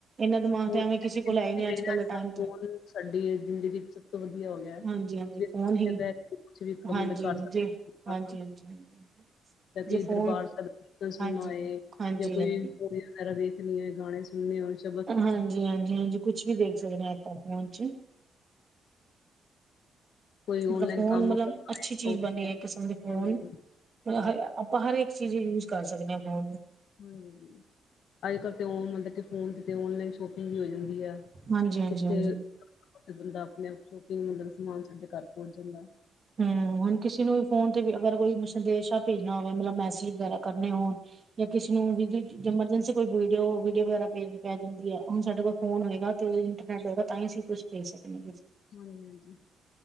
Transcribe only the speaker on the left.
ਫੋਨ
ਰਹੇ
ਨਾ ਅੱਜ
ਕੱਲ
ਫੋਨ ਸਾਡੀ ਜ਼ਿੰਦਗੀ ਚ ਵਧੀਆ ਹੋ ਗਯਾ
ਬੀਔਔੌ
ਕਿਥੇ
ਬੈ ਕੇ ਕੁਛ ਵੀ ਕੰਮ
ਮਤਲਬ ਕਰ ਸਕਦੇ
ਓ। ਂ
ਜਿੱਦਾਂ
ਕਿ
ਦਰਬਾਰ ਸੈਬ ਦਾ ਕੀਰਤਨ ਸੁਣਨਾ
ਹੈਏ
ਯਾ ਕੋਈ
ਰੀਲ ਵਗੈਰਾ ਵੇਖਣੀ ਏ, ਗਾਨੇ ਸੁਨਣੇ ਹੋਏ ਸ
ਕੋਈ
ਔਨਲਾਈਨ
ਕੰਮ
ਕਰਨਾ
ਹੋਏ ਉਹ
ਵੀ
ਹਾਂਜੀ ਹਾਂਜੀ
ਹਾਂਜੀ ਅੱਜ ਕਲ੍ਹ ਤੇ ਉਹ ਮਤਲਬ ਕਿ ਫੋਨ ਤੇ ਓਨਲਾਈਨ ਸ਼ੋਪਿੰਗ ਵੀ ਹੋ ਜਾਂਦੀ ਆ।
ਥੇ ਬੰਦਾ ਆਪਣੇ ਆਪ ਸ਼ੋਪਿੰਗ ਮਤਲਬ ਸਮਾਨ ਸਾਡੇ ਘਰ ਪਹੁੰਚ ਜਾਂਦਾ।
ਹਾਂਜੀ-ਹਾਂਜੀ